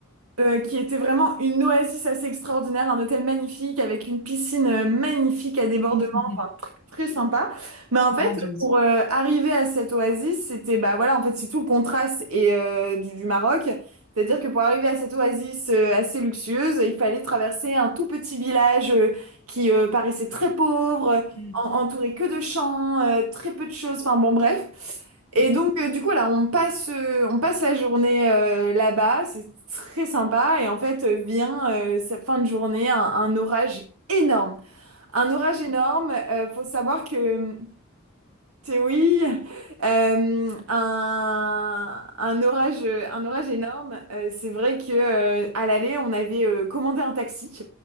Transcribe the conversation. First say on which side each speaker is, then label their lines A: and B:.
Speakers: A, on the right; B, on the right.
A: euh, qui était vraiment une oasis assez extraordinaire, un hôtel magnifique avec une piscine euh, magnifique à débordement,
B: <laughs>
A: enfin tr- très sympa. Mais en
B: Grandiose.
A: fait, pour euh, arriver à cette oasis, c'était bah voilà, en fait, c'est tout le contraste et euh, du, du Maroc. C'est-à-dire que pour arriver à cette oasis euh, assez luxueuse, il fallait traverser un tout petit village euh, qui euh, paraissait très pauvre,
B: Mhm.
A: en- entouré que de champs, euh, très peu de choses, enfin bon bref. Et
B: Mhm.
A: donc, euh, du coup, là, on passe, euh, on passe la journée euh, là-bas, c'est très sympa. Et en fait, euh, vient euh, cette fin de journée, un, un orage énorme. Un orage énorme. euh, faut savoir que Théoï, euh, un, un orage, un orage énorme. euh, c'est vrai que euh, à l'aller, on avait euh, commandé un taxi.